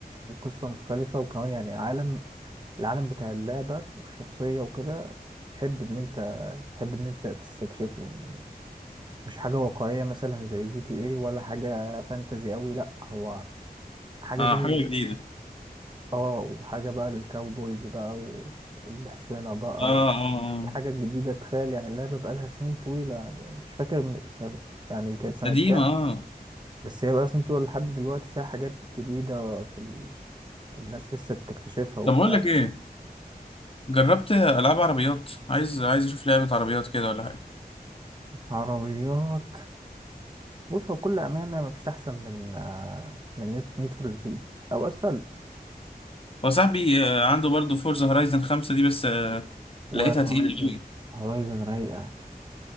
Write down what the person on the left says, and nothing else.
اه
حاجه
جديده
اه
اه اه
قديمه
اه
طب بقول لك ايه جربت العاب عربيات عايز عايز اشوف لعبه عربيات كده ولا حاجه
هو صاحبي آه، عنده برضه فورزا هورايزن 5 دي بس آه،
لقيتها تقيله قوي